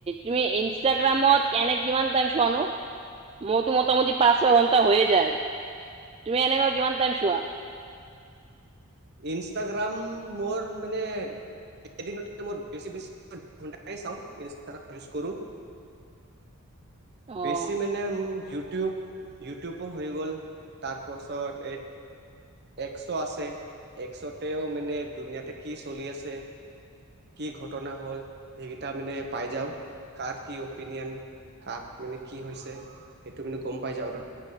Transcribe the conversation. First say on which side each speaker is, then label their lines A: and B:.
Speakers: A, on the right; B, on the right.
A: তুমি ইনষ্টাগ্ৰামত কেনে কিমান টাইম চোৱানো? মতো মোটামুটি পাঁচ ছয় ঘন্টা হৈয়ে যায় । তুমি এনেকুৱা কিমান টাইম চোৱা?
B: ইনষ্টাগ্ৰাম মোৰ মানে, ি <unintelligible> বেছি বেছি ঘণ্টাহে চাও ইউজ কৰো ।
A: <inaudible> অ'।
B: বেচি মানে উম ইউটিউব ইউটিউবো হৈ গ'ল, তাৰপাছত এই একশ আছে, একশতেও মানে দুনীয়াতে কি চলি আছে । কি ঘটনা হল, সেইকেইটা মানে পাই যাও, কাৰ কি অপিনিয়ন । কাক মানে কি হৈছে, সেইটো মানে গম পাই যাওঁ আৰু